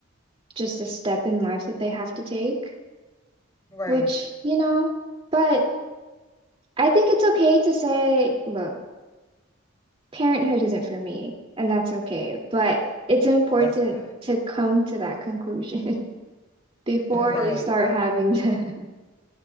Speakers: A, on the right; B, on the left.
A: just a step in life that they have to take,
B: Right.
A: which, you know, but I think it's okay to say, look, parenthood isn't for me, and that's okay. But it's important
B: That's okay.
A: to come to that conclusion <laughs> before
B: <laughs> Right.
A: you start Right. having to. <laughs>